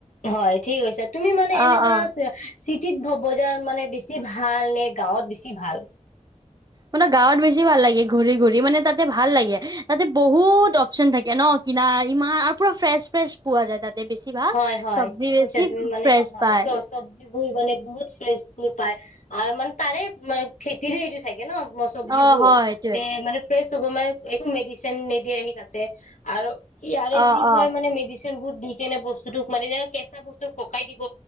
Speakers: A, on the left (about 80°); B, on the right (about 30°).
A: হয় ঠিক হৈছে, তুমি মানে
B: অ',
A: এনেকা
B: অ'।
A: আ চিটিত বজাৰ মানে বেছি ভাল নে গাঁৱত বেছি ভাল?
B: মানে গাঁৱত বেছি ভাল লাগে, ঘূৰি-ঘূৰি মানে তাতে ভাল লাগে, তাতে বহুত অপচন থাকে ন, কিনাৰ ইমান আৰু পুৰা ফ্ৰেছ-ফ্ৰেছ পোৱা যায় তাতে বেছিভাগ
A: হয়-হয়,
B: চব্জি
A: ঠিক
B: বেছি
A: কৈছা তুমি মানে,
B: ফ্ৰেছ
A: হয়
B: পায়
A: চবজি মানে বহুত ফ্ৰেচ ফুল পায়, আৰু মানে তাৰে ম খেতিৰে সেইটো ছাগে। থাকে ন অকমান চব্জিবোৰ,
B: অ', হয় সেইটোৱে।
A: তে মানে ফ্ৰেছ হ'ব মানে, একো মেডিচিন নিদিয়ে সি তাত আৰু ইয়াৰে
B: অ',
A: যি
B: অ'।
A: হয় মানে মেডিচিন বুদ্ধি কেনে বস্তু বস্তুটো মানে যে কেঁচা বস্তু পকাই দিব